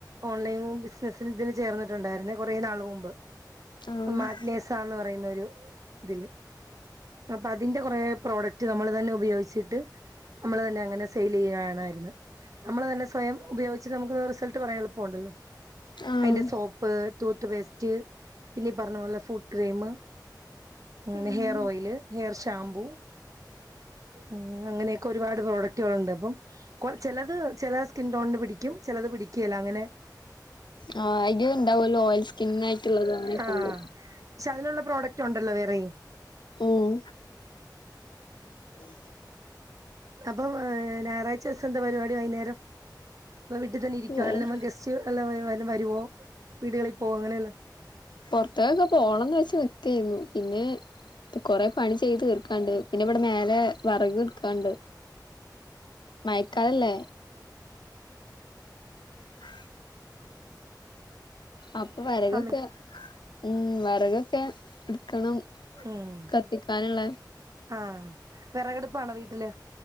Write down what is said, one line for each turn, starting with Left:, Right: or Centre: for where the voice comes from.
Right: ഓൺലൈൻ ബിസിനസ്സിന് ഇതിന് ചേർന്നട്ടുണ്ടായിരുന്നേ കുറെ നാള് മുമ്പ്
Left: ആഹ്
Right: മാഗ്നേസ എന്ന് പറയുന്നൊരു ഇതില് അപ്പൊ അതിന്റെ കൊറെ പ്രോഡക്റ്റ് നമ്മൾ തന്നെ ഉപയോഗിച്ചിട്ട് നമ്മള് തന്നെ അങ്ങനെ സെയിൽ യ്യുണായിരുന്നു നമ്മൾ തന്നെ സ്വയം ഉപയോഗിച്ചിട്ട് നമുക്ക് റിസൾട്ട് പറയാൻ എളുപ്പമുണ്ടല്ലോ
Left: ആഹ്
Right: അയ്ന്റെ സോപ്പ് ടൂത്ത് പേസ്റ്റ് പിന്നെ ഈ പറഞ്ഞ പോലെ ഫൂട്ട് ക്രീം അങ്ങനെ
Left: ഉം
Right: ഹെയർ ഓയില് ഹെയർ ഷാമ്പൂ മ് അങ്ങനെയൊ ഒരുപാട് പ്രോഡക്റ്റുകളുണ്ട് അപ്പം കൊ ചിലത് ചില സ്കിൻ ടോണിന് പിടിക്കും ചിലത് പിടിക്കേല അങ്ങനെ
Left: ആഹ് അയ്ന്റേം ഉണ്ടാവല്ലോ ഓയിൽ സ്കിന്നായിട്ടുള്ളത് അങ്ങനൊക്ക്ണ്ട്
Right: ആഹ് പക്ഷെ അതിലുള്ള പ്രോഡക്റ്റ് ഉണ്ടല്ലോ വേറെയും
Left: ഉം ഉം
Right: അപ്പൊ ഞായറാഴ്ച ദിവസം എന്താ പരിപാടി വൈകുന്നേരം വീട്ടിൽ തന്നെ ഇരിക്കുവ
Left: ഏഹ്
Right: അല്ല ഗസ്റ്റ് എല്ലാം വരുവോ വീടുകളിൽ പോക അങ്ങനെയല്ല
Left: പുറത്തേക്കൊക്കെ പോണംന്ന് വെച്ച നിക്കായിരുന്നു പിന്നെ ഇ കൊറെ പണി ചെയ്ത് തീർക്കാണ്ട് പിന്നെ ഇവിടെ മേലെ വറകി എടുക്കാണ്ട് മഴക്കാല അല്ലേ ഉ അപ്പൊ വറകൊക്കെ
Right: സമയം
Left: ഉം വറകൊക്കെ എടുക്കണം
Right: ഉം
Left: കത്തിക്കാനുള്ള
Right: ആഹ വിറകടുപ്പാണോ വീട്ടില്